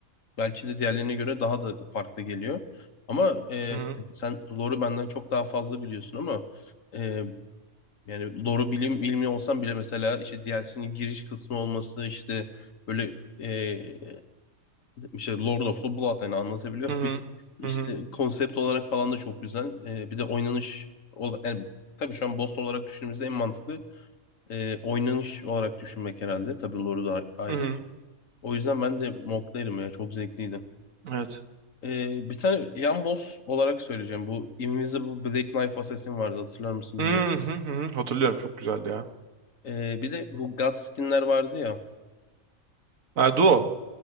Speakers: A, on the left (about 70°); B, on the right (about 80°).
A: belki de diğerlerine göre daha da farklı geliyor. Ama e,
B: Hı hı.
A: sen lore'u benden çok daha fazla biliyorsun ama e, yani doğru bilim bilmiyor olsam bile mesela işte DLC'nin giriş kısmı olması işte böyle eee işte Lord of the Blood hani anlatabiliyor
B: Hı hı.
A: muyum? <laughs> İşte
B: Hı hı.
A: konsept olarak falan da çok güzel. Eee, bir de oynanış ola- yani tabii şu an boss olarak düşündüğümüzde en mantıklı eee, oynanış olarak düşünmek herhalde. Tabii Lord'u da ayrı.
B: Hı hı.
A: O yüzden ben de moklarım ya çok zevkliydi.
B: Evet.
A: Eee, bir tane yan boss olarak söyleyeceğim. Bu Invisible Black Knife Assassin vardı hatırlar mısın bilmiyorum.
B: Hı hı hı. hı. Hatırlıyorum. Çok güzeldi ya.
A: Ee, bir de bu God skinler vardı ya.
B: Ha, Duo.